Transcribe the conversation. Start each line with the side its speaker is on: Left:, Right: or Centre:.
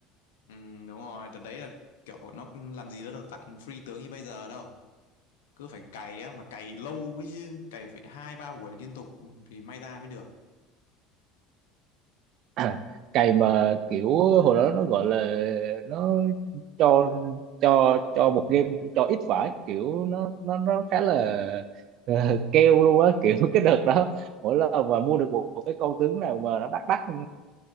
Left: ừ đúng rồi đợt đấy là kiểu nó làm gì nó được tặng free tướng như bây giờ đâu cứ phải cày á mà cày lâu ấy chứ cày phải hai ba buổi liên tục thì may ra mới được
Right: <clears throat> cày mà kiểu hồi đó nó gọi là nó cho cho cho một game cho ít vải kiểu nó nó nó khá là ờ, keo luôn á kiểu <laughs> cái đợt đó mỗi lần mà mua được một, một cái con tướng nào mà nó đắt đắt ờ,